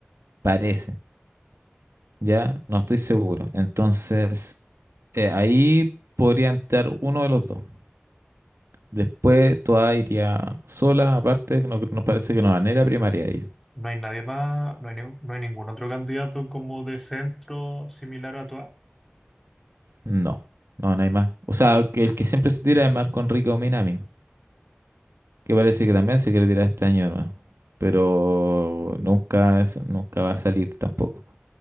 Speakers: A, on the right; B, in the centre.
A: Parece, ya, no estoy seguro. Entonces, eh, ahí podría entrar uno de los dos. Después toda iría sola, aparte, que no, no parece que no van a ir a primaria ellos.
B: No hay nadie más, no hay, ni- no hay ningún otro candidato como de centro similar a Toa.
A: No, no, no hay más. O sea, que el que siempre se tira es Marco Enrique Minami, que parece que también se quiere tirar este año nuevo. Pero nunca, es- nunca va a salir tampoco.